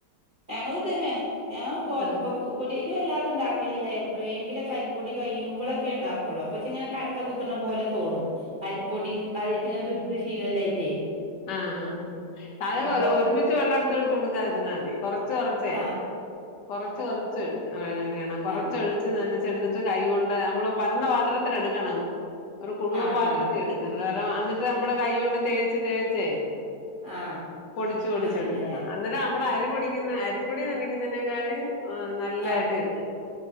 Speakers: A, on the right (about 30°); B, on the left (about 75°).
A: ഞങ്ങള് ഇത് തന്നെ ഞാൻ ഗോതമ്പ്
B: ആഹ്
A: പൂ പൊടി <unintelligible> അല്ലാതെ ഇണ്ടാക്കലില്ല എപ്പോളെങ്കിലും അരിപ്പൊടി കഴിയുമ്പോളൊക്കെ ഉണ്ടാക്കുള്ളൂ പക്ഷെ ഇങ്ങനെ കട്ട കുത്തണ പോലെ തോന്നും അരിപ്പൊടി അതിട്ട് ഇട്ട് ശീലല്ലായിട്ടേ
B: ആഹ്
A: ആ
B: അത്
A: കൊറച്ച്
B: ഒരുമിച്ച് വെള്ളം എടുത്ത് ഒഴിച്ച് കൊടുക്കാതിരുന്നാ മതി കൊറച്ച് കൊറച്ച്
A: ആഹ്
B: കൊറച്ച് കൊറച്ച് ഒഴിക്കണം കൊറച്ചഴി
A: ആ
B: നനച്ചെടുത്തിട്ട് കൈ കൊണ്ട് നമ്മള് പരന്ന പാത്രത്തിൽ എടുക്കണം ഒരു കുടുവം
A: ആ
B: പാത്രത്തിൽ
A: ആ
B: എടു ല്ലേരം എന്നിട്ട് നമ്മള് കൈ കൊണ്ട് തേച്ച് തേച്ചേ
A: ആ
B: പൊടിച്ചു പൊടിച്ചെടുക്കണം
A: അങ്ങനെല്ലേ
B: അന്നേരം അ നമ്മ അരി പൊടിക്കുന്ന അരിപ്പൊടി നക്കുന്നതിനെക്കായും ഏഹ് നൽ നല്ലായിട്ട്
A: ആ
B: കിട്ടും